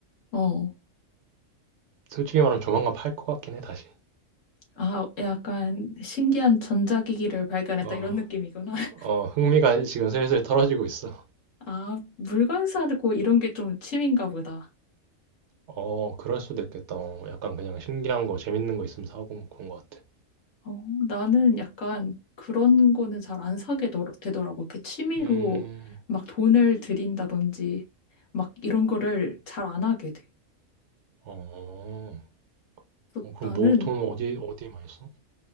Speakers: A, on the left (about 70°); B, on the right (about 65°).
A: 어.
B: 솔직히 말하면 조만간 팔 것 같긴 해, 다시.
A: 아, 약간 신기한 전자기기를 발견했다
B: 어,
A: 이런 느낌이구나. <laughs>
B: 어, 흥미가 지금 슬슬 떨어지고 있어.
A: 아, 물건 사고 이런 게 좀 취미인가 보다.
B: 어, 그럴 수도 있겠다. 어, 약간 그냥 신기한 거, 재밌는 거 있으면 사고 그런 것 같아.
A: 어, 나는 약간 그런 거는 잘 안 사게 더- 되더라고. 이렇게 취미로
B: 음,
A: 막 돈을 들인다든지 막 이런 거를 잘 안 하게 돼.
B: 어,
A: 그래서
B: 어, 그럼
A: 나는
B: 뭐, 돈 어디, 어디에 많이 써?